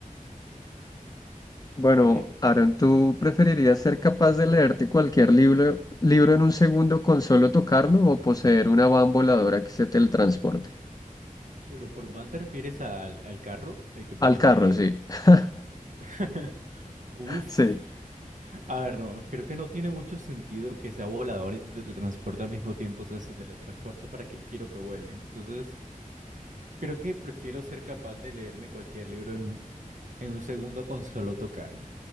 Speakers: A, on the left (about 25°); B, on the right (about 60°).
A: Bueno,
B: Ok.
A: Aaron, ¿tú preferirías ser capaz de leerte cualquier libro, libro en un segundo con solo tocarlo o poseer una van voladora que se teletransporte?
B: Pero por van te refieres al, al carro, el que parece...
A: Al carro, sí. <laughs>
B: <laughs> Uf.
A: Sí,
B: A ver, no, creo que no tiene mucho sentido que sea volador y se teletransporte al mismo tiempo. O sea, si teletransporta, ¿para qué quiero que vuele? Entonces... Creo que prefiero ser capaz de leerme cualquier libro en un, en un segundo con solo tocarlo.